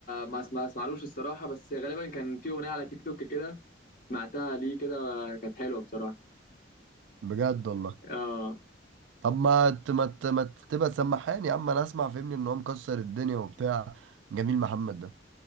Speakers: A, on the left; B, on the right.
A: ما اسمع اسمعلوش الصراحه بس غالبا كان في اغنيه على تيك توك كده سمعتها ليه كده كانت حلوه بصراحه
B: بجد والله
A: اه
B: طب ما ت- ما ت- ما ت- تبقى سمحان يا عم انا اسمع فهمني ان هو مكسر الدنيا وبتاع جميل محمد ده